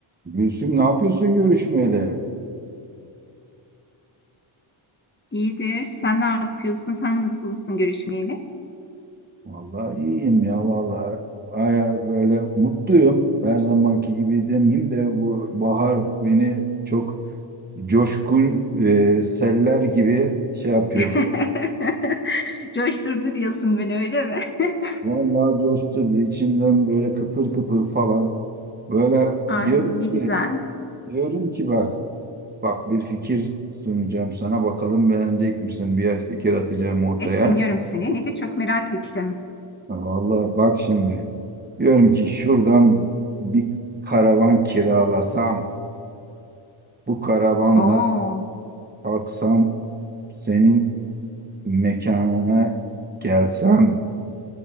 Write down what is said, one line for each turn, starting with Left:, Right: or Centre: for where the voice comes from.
Right: Gülsüm ne yapıyorsun görüşmeyeli?
Left: İyidir. Sen ne yapıyorsun? Sen nasılsın görüşmeyeli?
Right: Vallahi iyiyim ya vallahi. Aya böyle mutluyum. Her zamanki gibi demeyeyim de bu bahar beni çok coşkun e, seller gibi şey yapıyor.
Left: <laughs> Coşturdu diyorsun beni öyle mi? <laughs>
Right: Vallahi coşturdu içimden böyle kıpır kıpır falan. Böyle
Left: Ay
Right: diyorum
Left: ne güzel.
Right: ki diyorum ki bak bak bir fikir sunacağım sana bakalım beğenecek misin? Bir fikir atacağım ortaya.
Left: Evet dinliyorum seni. Ne de çok merak ettim.
Right: Ha, Vallahi bak şimdi. Diyorum ki şuradan bir karavan kiralasam, bu karavanla
Left: Oo,
Right: kalksam senin mekanına gelsem,